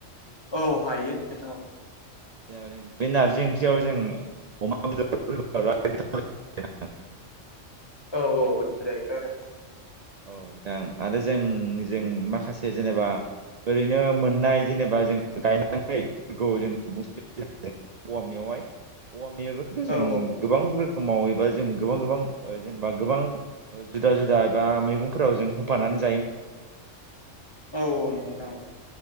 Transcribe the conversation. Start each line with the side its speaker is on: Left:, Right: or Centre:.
Left: औ हायो नोंथां औ
Right: जेनेबा जों बे नारजि ओंख्रियाव जों अमा बेदर फोर होफाबा गोथाव जायो आरो
Left: औ औ मोजां जायोथ' आरो
Right: औ नोंथां आरो जों जों माखासे जेनेबा ओरैनो मोननाय जेनेबा जों गायनानै <unintelligible> <inaudible> खौ जों बुं औवा मेवहाय औवा मेवाखौथ' जों
Left: औ औ
Right: गोबां रो समाव एबा जों गोबां गोबां जेनेबा गोबां जुदा जुदा एबा मैगं फोराव जों होफानानै
Left: औ औ नंगौ नोंथां औ